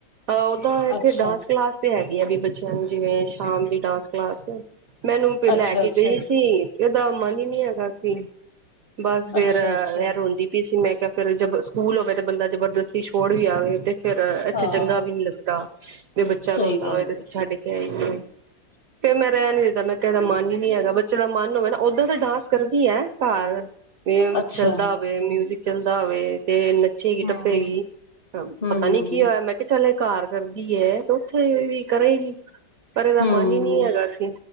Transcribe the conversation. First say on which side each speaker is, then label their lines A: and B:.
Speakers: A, on the right (about 65°); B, on the left (about 50°).
A: ਉਹਦਾ ਇੱਥੇ
B: ਅੱਛਾ
A: ਡਾਂਸ ਕਲਾਸ ਤੇ ਹੈਗੇ। ਵੀ ਬੱਚਿਆਂ ਨੂੰ ਜਿਵੇਂ ਸ਼ਾਮ ਦੀ ਡਾਂਸ ਕਲਾਸ ਮੈਨੂੰ ਪ ਲੈ
B: ਅੱਛਾ
A: ਕੇ
B: ਅੱਛਾ
A: ਗਈ ਸੀ। ਇਹਦਾ ਮਨ ਹੀ ਨਹੀਂ ਹੈਗਾ ਸੀ। ਬਸ ਫਰ
B: ਅੱਛਾ
A: ਐ
B: ਅੱਛਾ
A: ਰੋਂਦੀ ਪੀ ਸੀ ਮੈਂ ਕਿਹਾ ਫਿਰ ਜ ਸਕੂਲ ਹੋਵੇ ਤੇ ਬੰਦਾ ਜਬਰਦਸਤੀ ਛੋੜ ਵੀ ਆਵੇ ਤੇ ਫੇਰ ਇੱਥੇ
B: ਹਾਂ
A: ਚੰਗਾ ਵੀ ਨੀ ਲੱਗਦਾ ਵੀ ਬੱਚਾ
B: ਸਹੀ
A: ਰੋਂਦਾ
B: ਗੱਲ
A: ਹੋਵੇ ਤੇ ਅਸੀਂ
B: ਹੈ
A: ਛੱਡ ਕੇ ਆਈਏ। ਫਿਰ ਮੈਂ ਰਹਿਣ ਈ ਦਿੱਤਾ ਮੈਂ ਕਿਹਾ ਇਹਦਾ ਮਨ ਹੀ ਨਹੀ ਹੈਗਾ ਬੱਚੇ ਦਾ ਮਨ ਹੋਵੇ ਨਾ ਓਦਾਂ ਤਾਂ ਡਾਂਸ ਕਰਦੀ ਹੈ ਘਰ ਇਹ
B: ਅੱਛਾ
A: ਚੱਲਦਾ ਵੀ ਮਿਊਜਿਕ। ਚੱਲਦਾ ਹੋਵੇ ਤੇ ਨੱਚੇਗੀ
B: ਹਮ
A: ਟੱਪੇਗੀ ਅ
B: ਹਮ
A: ਪਤਾ ਨੀ ਕੀ ਹੋਇਆ ਮੈਂ ਕਿਹਾ ਚੱਲਿਆ ਕਾਰ ਕਰਦੀ ਹੈ ਤੇ ਉੱਥੇ ਵੀ ਕਰੇਗੀ। ਪਰ ਇਹਦਾ
B: ਹਮ
A: ਮਨ ਹੀ ਨਹੀਂ ਹੈਗਾ ਅ ਸੀ।